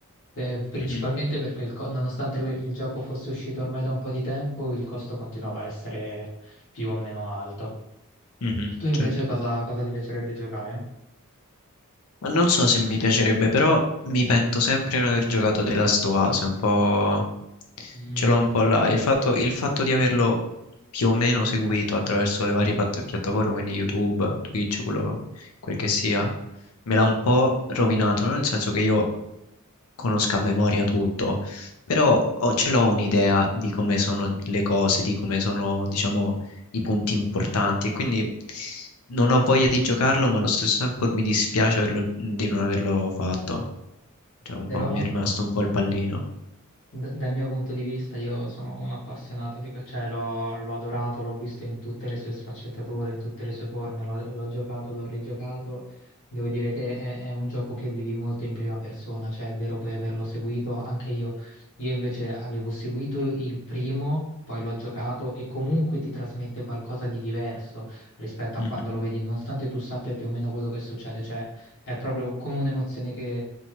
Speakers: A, on the left; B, on the left.
A: Eh, principalmente
B: Mhm,
A: perché il co- nonostante il, il gioco fosse uscito ormai da un po' di tempo, il costo continuava a essere più o meno alto.
B: mhm,
A: Tu invece
B: Certo.
A: cosa, cosa ti piacerebbe giocare?
B: Ma non so se mi piacerebbe, però mi pento sempre di non aver giocato The Last of Us, un po'...
A: Mm,
B: Ce l'ho un po' là. Il fatto, il fatto di averlo più o meno seguito attraverso le varie pat- piattaforme, quindi YouTube, Twitch, quello, quel che sia, me l'ha un po' rovinato, no? Nel senso che io conosca a memoria tutto, però ho- ce l'ho un'idea di come sono le cose, di come sono, diciamo, i punti importanti e quindi non ho voglia di giocarlo, ma allo stesso tempo mi dispiace averlo- di non averlo fatto. Cioè, un
A: però
B: po', mi è rimasto un po' il pallino.
A: D- dal mio punto di vista, io sono un appassionato di que- cioè l'ho l'ho adorato, l'ho visto in tutte le sue sfaccettature, in tutte le sue forme, l'ho l'ho giocato, l'ho rigiocato. Devo dire che è, è un gioco che vivi molto in prima persona, cioè è vero poi averlo seguito, anche io. Io invece avevo seguito il primo, poi l'ho giocato e comunque ti trasmette qualcosa di diverso rispetto a
B: Mhm.
A: quando lo vedi, nonostante tu sappia più o meno quello che succede, cioè è proprio come un'emozione che